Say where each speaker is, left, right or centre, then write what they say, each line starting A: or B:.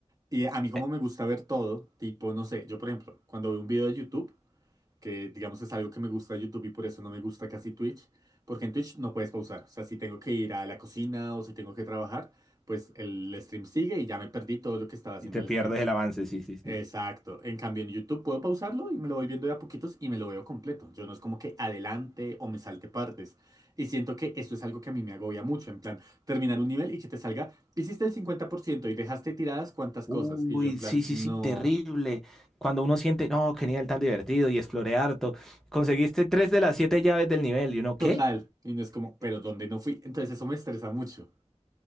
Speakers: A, on the right; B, in the centre.
A: Y a mí como
B: eh,
A: me gusta ver todo, tipo, no sé, yo por ejemplo, cuando veo un video de YouTube, que digamos es algo que me gusta de YouTube y por eso no me gusta casi Twitch, porque en Twitch no puedes pausar. O sea, si tengo que ir a la cocina o si tengo que trabajar, pues el stream sigue y ya me perdí todo lo que estaba haciendo
B: y te
A: el
B: pierdes
A: streamer.
B: el avance, sí, sí, sí.
A: Exacto. En cambio, en YouTube puedo pausarlo y me lo voy viendo de a poquitos y me lo veo completo. Yo no es como que adelante o me salte partes. Y siento que eso es algo que a mí me agobia mucho. En plan, terminar un nivel y que te salga, hiciste el 50% y dejaste tiradas cuantas
B: Uy,
A: cosas. Y yo en plan,
B: sí, sí,
A: no,
B: sí, terrible. Cuando uno siente, no, qué nivel tan divertido y exploré harto. Conseguiste tres de las siete llaves del nivel. ¿Y uno
A: total.
B: qué?
A: Y no es como, pero ¿dónde no fui? Entonces eso me estresa mucho.